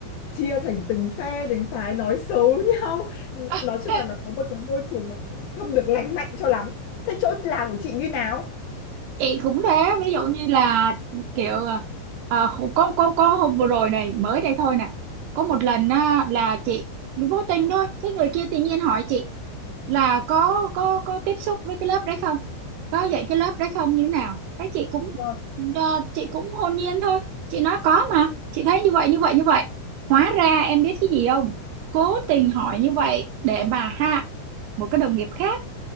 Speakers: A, on the left; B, on the right.
A: chia thành từng phe từng phái nói xấu <laughs> nhau nói
B: <laughs>
A: chung là nó có một cái môi trường nó không được lành mạnh cho lắm thế chỗ làm của chị như nào
B: chị cũng thế ví dụ như là kiểu à, có có có hôm vừa rồi này mới đây thôi nè có một lần á, là chị vô tình thôi cái người kia tự nhiên hỏi chị là có có có tiếp xúc với cái lớp đấy không có dạy cái lớp đấy không như thế nào cái chị cũng
A: Ờ.
B: à, chị cũng hồn nhiên thôi chị nói có mà chị thấy như vậy như vậy như vậy hóa ra em biết cái gì không cố tình hỏi như vậy để mà hạ một cái đồng nghiệp khác